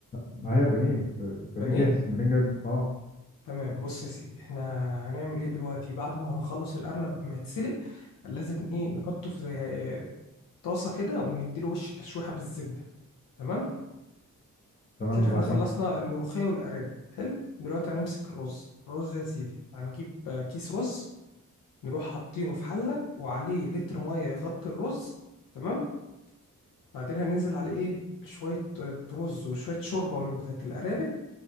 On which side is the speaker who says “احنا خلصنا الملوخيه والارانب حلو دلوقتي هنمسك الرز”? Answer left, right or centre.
Left